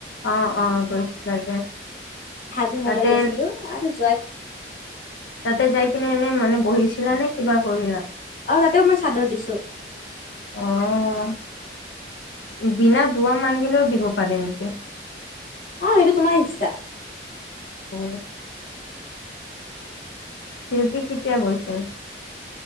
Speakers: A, on the left; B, on the left.
A: অ অ অ গৈছিলা যে
B: হাজো মজাৰ
A: তাতে
B: গৈছিলো, আৰু যোৱাত
A: তাতে যাইকেনে এনে মানে বহিছিলা নে কিবা কৰিলা?
B: অ তাতেও মই চাদৰ দিছোঁ।
A: অ। বিনা দুৱা মাঙ্গিলেও দিব পাৰে নেকি?
B: অ, এইটো তোমাৰ ইচ্ছা।
A: অ। শিল্পী কেতিয়া গৈছিল?